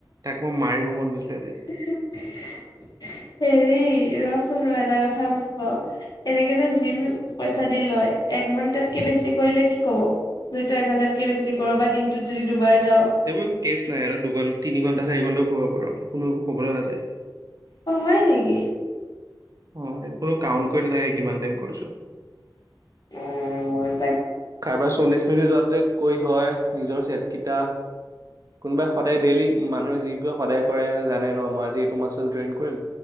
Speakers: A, on the right; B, on the left.
A: তাক মই মাৰিব মন গৈছিলে আজি।
B: <unintelligible> হেৰি ৰচোন ৰ এটা কথা মোক ক এনেকে যে যিম পইচা দি লয় এঘন্টাতকে বেছি কৰিলে কি ক'ব যদি তই এঘন্টাতকে বেছি কৰ বা দিনটোত যদি দুবাৰ যাও
A: সেইবোৰ কেছ নাই আৰু দুঘ তিনি ঘণ্টা চাৰি ঘণ্টাও কৰিব পাৰো কোনো একো কবলৈ নাযায়
B: অ হয় নিকি
A: অ কোনো কাউণ্ট কৰি নাথাকে কিমান টাইম কৰিছো
B: উম
A: কাৰাবাৰ চল্লিশ মিনিট যাতে কৈ হয় নিজৰ চেটকিটা কোনোবাই সদায় ডেইলি মানুহে যিব সদায় কৰে জানে ন মই আজি এইটো মাচুল ট্ৰেইন কৰিম